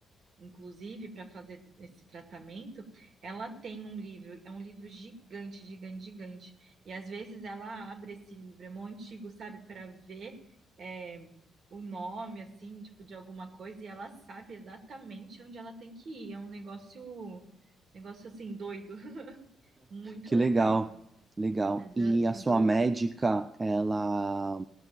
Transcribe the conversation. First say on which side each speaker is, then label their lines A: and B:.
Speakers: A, on the right; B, on the right.
A: inclusive, para fazer esse tratamento, ela tem um livro, é um livro gigante, gigante, gigante. E às vezes ela abre esse livro, é mó antigo, sabe, para ver é, o nome, assim, tipo, de alguma coisa, e ela sabe exatamente onde ela tem que ir. É um negócio, negócio assim, doido, <laughs> muito
B: Que legal,
A: legal.
B: legal.
A: Mas
B: E
A: eh, quando.
B: a sua médica, ela,